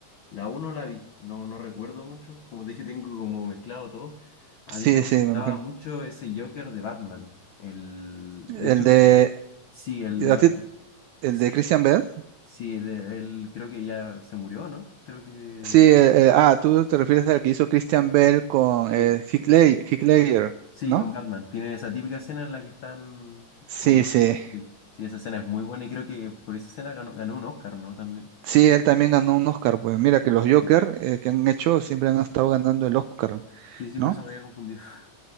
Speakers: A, on the left; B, on the right.
A: La uno no la vi, no, no recuerdo mucho. Como te dije, tengo como mezclado todo. A
B: Sí,
A: mí me gustaba
B: sí, me imagino.
A: mucho ese Joker de Batman. El, de
B: El
A: hecho,
B: de,
A: sí, el de
B: ¿a
A: Batman.
B: ti- el
A: Sí,
B: de Christian Bell.
A: sí, de- él creo que ya se murió, ¿no? Creo que
B: Sí, eh, eh, ah, tú te refieres al que hizo Christian Bell con
A: Sí.
B: eh, Heath Led- Heath Ledger,
A: sí,
B: ¿no?
A: con Batman. Tiene esa típica escena en la que están
B: Sí,
A: como...
B: sí.
A: Sí, sí, esa escena es muy buena y creo que por esa escena ganó, ganó un Oscar, ¿no? También.
B: Sí, él también ganó un Oscar, pues mira que los Joker
A: Sí.
B: eh, que han hecho siempre han estado ganando el Oscar,
A: Sí, sí,
B: ¿no?
A: por eso me
B: <laughs>
A: había confundido. <laughs>